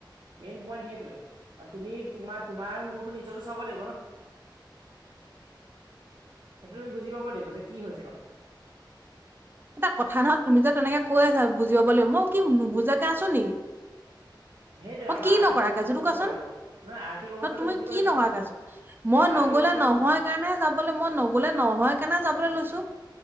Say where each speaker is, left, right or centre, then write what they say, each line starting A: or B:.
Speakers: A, on the right; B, on the right.
A: মেইন পইণ্ট সেই। টোৱে কাৰণ তুমি তোমাৰ তোমাৰ মোৰতো নিজৰটো চাব লাগিব ন। সেইটো তুমি বুজি পাব লাগিব যে কি হৈছে কথাটো।
B: এটা কথা নহয় তুমি যে তেনেকে কৈ আছা বুজি পাব লাগিব মই কি নুবুজাকে আছো নেকি।
A: সেইটোৱে
B: মই
A: আমাৰ
B: কি
A: আৰ্থিক
B: নকৰা
A: অৱস্থাটো
B: আছো সেইটো
A: বুজি
B: কোৱাচোন
A: পাব লাগিব নহয় আৰ্থিক অৱস্থাটো
B: তুমি
A: বুজিব
B: কি
A: লাগিব
B: নকৰা
A: ন
B: আছো মই। মই
A: আৰ্থিক
B: নগলে
A: অৱস্থাটো
B: নহয়
A: বুজিব
B: কাৰণে যাবলে মই নগলে নহয় কাৰণে যাবলে লৈছো।